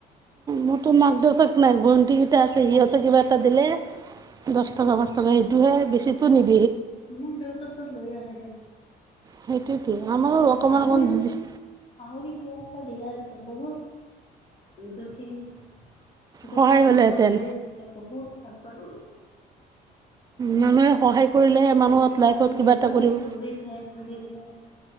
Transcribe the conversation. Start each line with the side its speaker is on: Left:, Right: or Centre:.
Right: মোৰটো মাক দেউতাক নাই। ভণ্টি কেইটা আছে সিহঁতে কিবা এটা দিলে দছ টকা, পাঁচ টকা সেইটোহে। বেছি টো নিদ
Left: মোৰ দেউতা তোৰ লৈ আহে দে।
Right: সেইটোৱেতো আমাৰো
Left: দম
Right: অকণমান
Left: আৰি
Right: অকণমান
Left: আহৰি কিবাৰটা দিল <unintelligible> ত বহুত দেখি দুখীয়া
Right: সহায় হ'লেহেঁতেন
Left: মানুহৰে ধীৰে ধতে বহুত আগবঢ় লে <unintelligible>
Right: মানুহে সহায় কৰিলেহে মানুহত
Left: দিয় নানে
Right: লাইফত
Left: সিহঁতক
Right: কিবা এটা
Left: খালি
Right: কৰিব
Left: খুজি থাক, খুজি থাক।